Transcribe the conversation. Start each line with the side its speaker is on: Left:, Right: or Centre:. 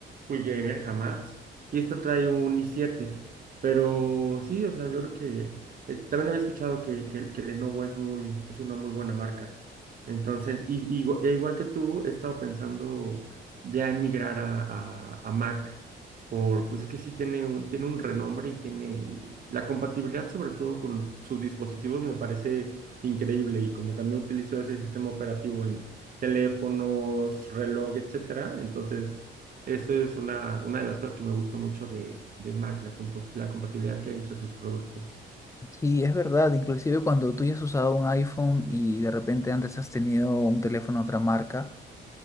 Right: Fui gamer jamás. Y esta trae un i siete Pero sí, o sea, yo creo que eh, también había escuchado que, que, que Lenovo es muy, es una muy buena marca. Entonces, y, y igu- e igual que tú, he estado pensando ya en migrar a, a, a Mac. Por, pues es que sí tiene un, tiene un renombre y tiene y la compatibilidad, sobre todo con sus dispositivos, me parece increíble. Y como también utilizo ese sistema operativo en teléfonos, reloj, etcétera, entonces eso es una, una de las cosas que me gusta mucho de, de Mac, la, compo- la compatibilidad que hay entre sus productos.
Left: Sí, es verdad, inclusive cuando tú ya has usado un iPhone y de repente antes has tenido un teléfono de otra marca,